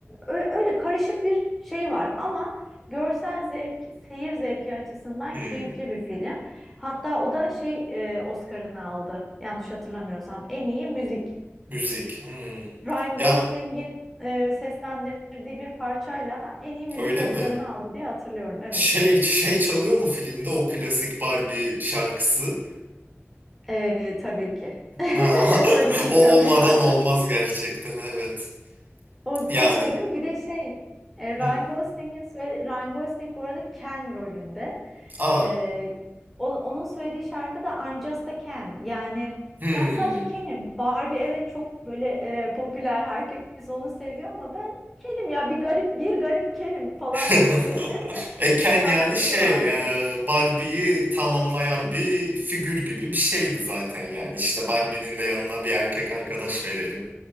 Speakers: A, in the centre; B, on the right.
A: ö- öyle karışık bir şey var. Ama Görsel zevk, seyir zevki açısından
B: hmm.
A: keyifli bir film. Hatta o da şey e, Oscar'ını aldı. Yanlış hatırlamıyorsam en iyi müzik.
B: Müzik. Hmm.
A: Ryan
B: Ya
A: Gosling'in e, seslendirdiği bir parçayla en iyi müzik
B: öyle
A: Oscar'ını
B: mi?
A: aldı diye hatırlıyorum. Evet.
B: Şey şey çalıyor mu filmde o klasik Barbie şarkısı?
A: E, tabii ki. <laughs>
B: Ha, <laughs>
A: Tabii ki
B: o
A: çalıyor.
B: olmadan
A: <laughs>
B: olmaz gerçekten evet.
A: O,
B: Yani
A: o çalıyor. Bir de şey, e, Ryan
B: hmm.
A: Gosling'in söyle, Ryan Gosling bu arada Ken rolünde.
B: Aa.
A: Ee, o- onun söylediği şarkı da I'm Just a Ken. Yani
B: Hmm.
A: ben sadece Ken'im. Barbie evet çok böyle e, popüler. Herkes onu seviyor ama ben Ken'im ya bir garip bir garip Ken'im falan
B: <laughs>
A: gibi bir
B: Eken
A: <laughs> şarkısı
B: yani şey
A: vardı.
B: e, Barbie'yi tamamlayan bir figür gibi bir şeydi zaten yani İşte Barbie'nin de yanına bir erkek arkadaş verelim